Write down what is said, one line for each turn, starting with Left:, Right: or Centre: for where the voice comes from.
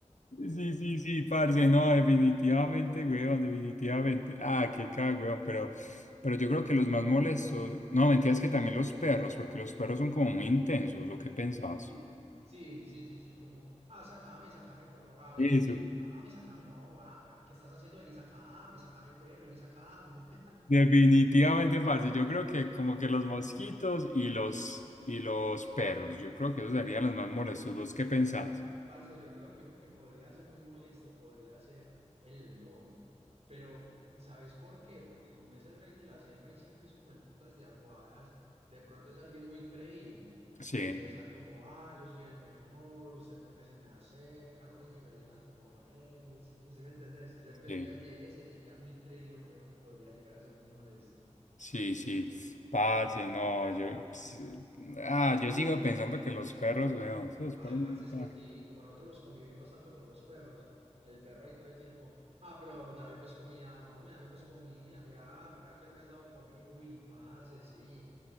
Left: Sí,
Right: Qué caja.
Left: sí, sí, parce, no, definitivamente, weón, definitivamente. Ah, qué cago, weón, pero, pero yo creo que los más molestos, no, mentiras que también los perros, porque los perros son como muy intensos, ¿o qué pensás?
Right: Sí, sí, sí, sí, sí, como, ah, sacame, sacame, por favor, ah, vení,
Left: Eso.
Right: sacame, sacame, no, ah, pero ¿qué estás haciendo? Vení, sacame, sacame, pues, vení, sacame.
Left: Definitivamente, parce, yo creo que como que los mosquitos y los, y los perros, yo creo que esos serían los más molestos, ¿vos qué pensás?
Right: Parce, yo creo que uno que podría ser muy molesto podría ser el león. Pero, ¿sabes por qué? Porque como es el rey de la selva y siempre es como el putas de aguadas, de pronto es alguien muy creído,
Left: Sí,
Right: que empieza como, ah, yo soy el mejor, usted porque se me acerca, no ves mi melena como es. ¿Sí me entendés? Yo creería
Left: sí,
Right: que ese sería muy creído, huevón, y podría llegar a ser muy molesto.
Left: sí, sí, parce, no, yo, ps- ah, yo sigo pensando que los perros, weón, esos
Right: Ah,
Left: perros.
Right: parce, es que
Left: ah.
Right: sí, como nosotros convivimos tanto con los perros, el perro ahí todo el tiempo. Ah, pero dame pues comida, hombre, dame pues comida. Mira, mira que no me has dado comida. Uy, parce, sí.